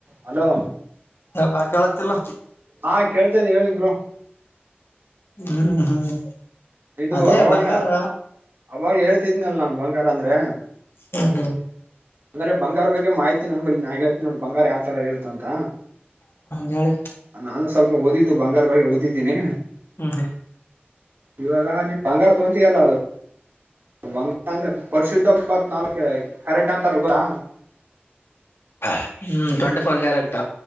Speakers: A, on the right; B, on the left.
A: Hello
B: ಅಪಾ ಕೇಳತ್ತಿಲ್ಲ
A: ಹಾ ಕೇಳ್ತಾದೆ ಹೇಳಿ ಬ್ರೊ.
B: ಹ್ಮ್ ಹ್ಮ್
A: ಇದು
B: ಅದೇ
A: ಅವಾಗ್ಲೆ
B: ಬಂಗಾರ
A: ಅವಾಗ್ ಹೇಳ್ತಿದನಲ್ಲ ನನ್ ಬಂಗಾರ ಅಂದ್ರೆ.
B: ಹ್ಮ ಹ್ಮ
A: ಅಂದ್ರೆ ಬಂಗಾರ ಬಗ್ಗೆ ಮಾಹಿತಿ ನನ್ ನಾ ಹೇಳ್ತೀನ್ ನೋಡ್ ಬಂಗಾರ ಯಾವ ತರ ಇರುತ ಅಂತ.
B: ಹೇಳಿ.
A: ನಾನು ಸ್ವಲ್ಪ ಓದಿದ್ದು ಬಂಗಾರ ಬಗ್ಗೆ ಓದಿದ್ದೀನಿ.
B: ಹ್ಮ ಹಾ
A: ಇವಾಗ ನೀ ಬಂಗಾರ ತೊಂತಿಯಲ್ಲ ಅದು ಬಂಗ ಅಂದ್ರೆ ಪರ್ಶುದ್ಧ ಇಪ್ಪತ್ನಾಲ್ಕ ಕ್ಯಾರೆಟ್ ಅಂತಾರ ಗೊತ್ತ
B: ಹ ಹ್ಮ್ ಟ್ವೆಂಟಿ ಫೋರ್ ಕ್ಯಾರೆಕ್ಟ್.